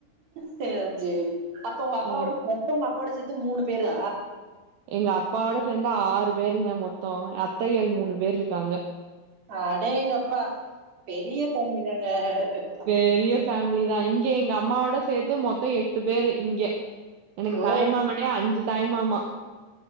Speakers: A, on the right; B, on the right.
A: சேர் சேரி அப்போ உங்க அப்பாவோட
B: ஆ
A: மொத்தோ அப்பாவோட மொத்தோ மூணு பேரா
B: எங்க அப்பாவோட சேர்ந் ஆறு பேருங்க மொத்தோ அத்தைகள் மூணு பேர் இர்க்காங்க
A: அடேங்கப்பா பெரிய ஃபேமிலி தான் <unintelligible>
B: பெரிய ஃபேமிலி தா இங்க எங்க அம்மாவோட சேத்து மொத்த எட்டு பேர் இங்க எனக்கு
A: ஓ!
B: தாய்மாமனோ அஞ்சு தாய் மாமா